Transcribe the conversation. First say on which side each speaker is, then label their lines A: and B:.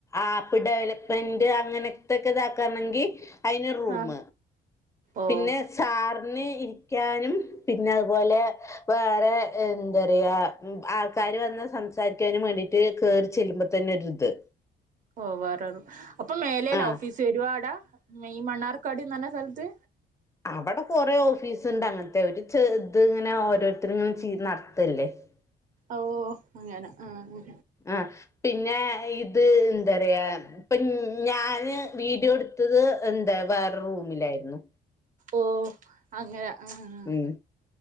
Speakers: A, on the left; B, on the right.
A: ആപ്പ് ഡെവലപ്മെന്റ് അങ്ങനത്തെക്കെ ഇതാക്കാണെങ്കി അതിന് ഒരു റൂം
B: ആഹ് ഓഹ്
A: പിന്നെ സാറിന് ഇരിക്കാനും പിന്നെ അതുപോലെ വേറെ എന്താ പറയാ ആൾക്കാര് വന്ന് സംസാരിക്കാനു വേണ്ടിട്ട് കേറി ചെല്ലുമ്പോ തന്നെ ഒരു ഇത്
B: ഓ വേറെറൂ അപ്പൊ മേലെല്ലേ
A: ആഹ്
B: ഓഫീസ് വരുവാടാ ഈ മണ്ണാർക്കാട്ന്ന് പറഞ്ഞ സ്ഥലത്ത്
A: അവിടെ കൊറെ ഓഫീസ് ഉണ്ട് അങ്ങനത്തെ ഒരു ഇത് ഇങ്ങനെ ഓരോരുത്തർ ഇങ്ങനെ നടത്തല്ലേ. ഉ
B: ഓ അങ്ങനെ ആഹ്
A: ആഹ് പിന്നെ ഇത് എന്താ പറയാ ഇപ്പൊ ഞാന് വീഡിയോ എടുത്തത് എന്താ വേറെ റൂമിലായിരുന്നു
B: ഓഹ് അങ്ങനെ ആഹ്
A: ഉം